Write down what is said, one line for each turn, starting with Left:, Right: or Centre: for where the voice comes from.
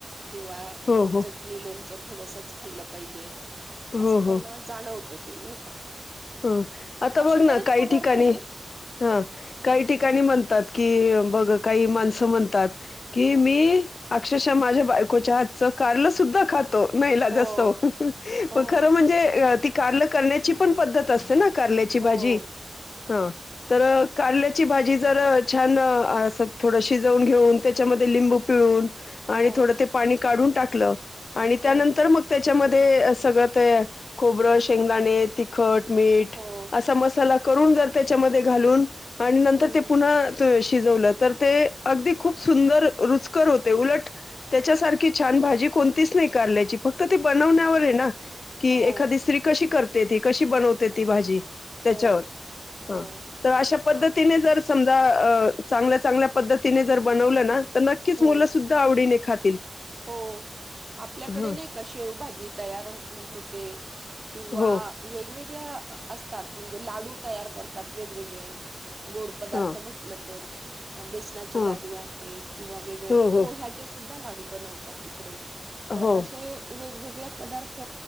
Right: किंवा
Left: हो हो
Right: चटणी लोणच, थोडसच खाल्लं पाहिजे. असं
Left: हो
Right: त्यांना
Left: हो
Right: जाणवत, ते नाही का!
Left: ह आता बघ
Right: असे
Left: ना
Right: बरेच
Left: काही
Right: पदार्थ
Left: ठिकाणी
Right: आहे
Left: हा
Right: हो
Left: काही ठिकाणी म्ह म्हणतात की मग काही माणसं म्हणतात की मी अक्षरशः माझ्या बायकोच्या हातचं कारलं सुद्धा खात <unintelligible>
Right: हो हो
Left: खरं म्हणजे ती कारल करण्याची पण पद्धत दसेे ना कारल्याची भाजी.
Right: हो
Left: ह तर कारल्याची भाजी जर छान अस थोडं शिजवून घेऊन त्याच्यामध्ये लिंबू पिळून, आणि
Right: हो
Left: थोडं ते पाणी काढून टाकलं. आणि त्यानंतर
Right: हो
Left: मग त्याच्याम ते सगळं ते खोबरं, शेंगदाणे, तिखट, मीठ
Right: हो
Left: असा मसाला करून जर त्याच्यामध्ये घालून. आणि नंतर
Right: हम्म
Left: ते पुन्हाते शिजवलं तर ते अगदी खूप सुंदर रुचकर होते उलट त्याच्यासारखी छान भाजी कोणतीच नाही, कारल्यायची फक्त ते बनवण्यावर आहे ना की
Right: हो
Left: एखादी स्त्री कशी कर तीती कशी बनव ते ती भाजी. त्याच्यावर
Right: हो हो
Left: ह तर अशा पद्धतीने
Right: आ
Left: जर, समजा चांगल्या चांगल्या पद्धतीने जर बनवलं ना. तर नक्कीच
Right: हो
Left: मुलं सुद्धा आवडीने खात
Right: हो आपल्याकडे
Left: हं.
Right: नाही का शेवभाजी तयार होते किंवा
Left: हो.
Right: वेगवेगळ्या असतात म्हणजे लाडू तयार करतात. वेगवेगळे गोड पदार्थ
Left: हां,
Right: म्हटलं तर, बेसनाचे
Left: हां.
Right: लाडू आहेत किंवा वेगळे
Left: हो, हो.
Right: पोह्याचे सुद्ध लडू बनवतात तिकडे
Left: हो,
Right: तर असे वेगवेग पदार्थ